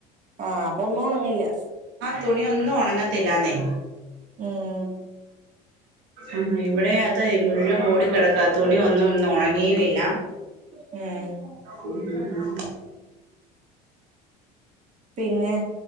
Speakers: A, on the right; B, on the right.
A: ആഹ് അപ്പൊ ഒന്നും ഒണങ്ങില്ല
B: തുണിയൊന്നും ഒണങ്ങത്തില്ലാന്നേ
A: ഉം
B: ഉം ഇവിടെ അതെയ് മുഴുവൻ മോടി കെടക്കാ അത്‌ തുണി ഒന്നും ഒന്നും ഒണങ്ങീയതില്ല
A: ഉം
B: ഉം ഉം
A: പിന്നെ